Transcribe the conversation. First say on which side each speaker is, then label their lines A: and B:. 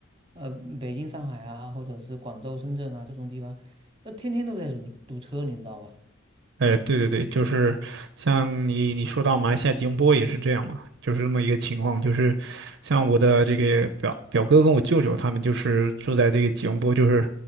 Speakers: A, on the right (about 25°); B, on the right (about 60°).
A: 呃，北京、上海啊，或者是广州、深圳啊这种地方，那天天都在堵堵车，你知道吧？
B: 哎，对对对，就是像你你说到马来西亚吉隆坡也是这样嘛，就是这么一个情况，就是像我的这个表表哥跟我舅舅他们就是住在这个吉隆坡，就是